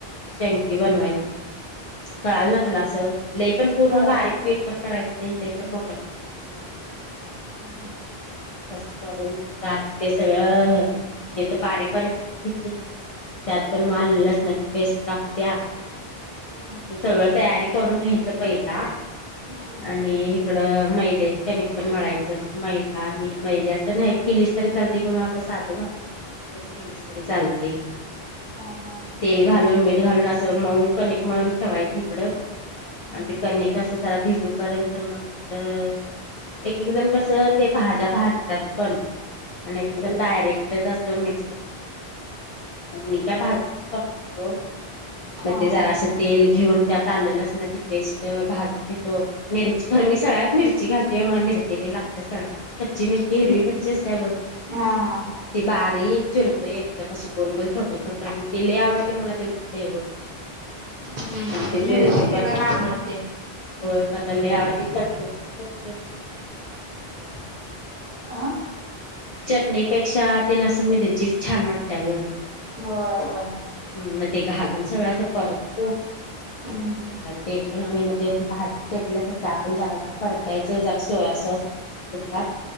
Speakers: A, on the left; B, on the right.
A: चंकी बनवायचं असं म्हणजे,
B: हा
A: कळाल ना
B: हा.
A: तुला असं लै पण. पूर्ण
B: परत.
A: बारीक पीठ पण करायचं नाही. लै मोठं पण ठेवायचं नाही अस मिडियम ठेवायचं.
B: हम्म.
A: तसं करून त्यात ते सगळं हे. हे तर बारीक बारीक चिरून घेतलीस. त्यात पण माल लसणाची पेस्ट लागत्या.
B: हम्म.
A: हे सगळं तयारी करून घ्यायचं पहिला.
B: हम्म.
A: आणि इकडं मैद्याचे कनिक मळायचं, मैदा आणि मैद्याच <unintelligible> केलीस तरी चालते, किंवा आपल्या साध गव्हाच्या पिठाच जरी केलीस तरी चालते.
B: हा हा.
A: तेल घालून मीठ घालून असं मऊ कनिक मळून ठेवायचं हिकडं.
B: हम्म.
A: आणि ते
B: हम्म.
A: कनिक अस जरा भिजू पर्यंत मग हिकडं. एक एक जण कस ते भाज्या भासतात पण आणि एक एक जण डायरेक्ट. जास्त मिक्स पण करतात, मी का भाजूनच करतोय सोड. मग
B: हा
A: ते जरा
B: हा.
A: असं तेल घेऊन त्यात आलं लसणाची पेस्ट भाजून घेतो. मिरची खर मी सळ्यात मिरची घालतेय मला मिरची लागते सळ्यात. कच्ची मिरची हिरवी मिरची असते ब
B: हा हा
A: ती बारीक चिरतोय एकदम असं गोलगोल छोट छोटं आणि ति लई आवडते मला त्याच्या फलेवर.
B: हम्म.
A: आणि ते मिरचे
B: मिरची एकेकांना
A: पण
B: आवडते.
A: होय मला ल आवडतेट पै मला आवडते.
B: अ
A: चटणीपेक्षा ते नस मिरचीच छान वाटत ग.
B: होय होय
A: ह् मग ते घालून सगळं असं परततो.
B: हम्म.
A: ते पण आणि् ही म भाज्या केलेलं अस आपण जरा जरा परतायचं जरा सोया सॉस यचं त्यात